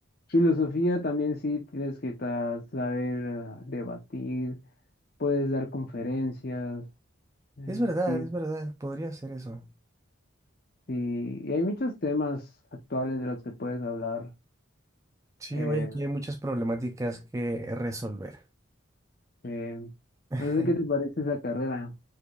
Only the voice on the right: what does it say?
Es verdad,
es verdad, podría ser eso.
Sí,
vaya que hay muchas problemáticas que resolver.
<laughs>